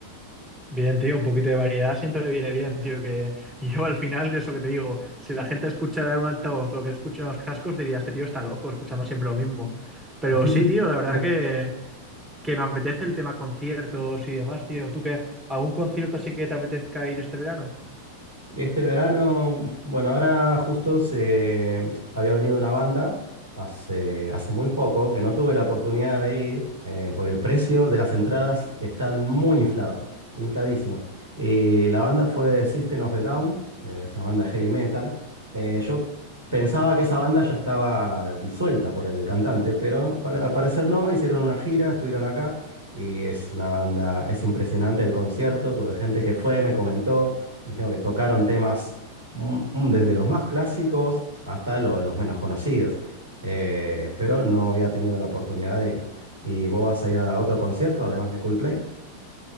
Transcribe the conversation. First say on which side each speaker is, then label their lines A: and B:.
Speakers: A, on the right; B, on the right.
A: Bien, tío, un poquito de variedad siempre viene bien, tío, que <laughs> yo al final, eso que te digo, si la gente escuchara en un altavoz lo que escucha en los cascos, diría, este tío está loco escuchando siempre lo mismo. Pero
B: <laughs>
A: sí, tío, la verdad que que me apetece el tema conciertos y demás, tío. ¿Tú qué? ¿Algún concierto así que te apetezca ir este verano?
B: Y este verano, bueno, ahora justo se mm, había venido una banda hace, hace muy poco, que no tuve la oportunidad de ir, eh, por el precio de las entradas están muy inflados, infladísimos. Y la banda fue System of a Down, que es una banda heavy metal. Eh, yo pensaba que esa banda ya estaba disuelta por el cantante, pero pare- al parecer no, hicieron una gira, estuvieron acá. Y es una banda, es impresionante el concierto, tuve gente que fue, me comentó. Tengo que tocaron temas mm, mm, desde los más clásicos hasta lo- los menos conocidos. Eh, pero no había tenido la oportunidad de ir. ¿Y vos vas a ir a otro concierto además de Coldplay?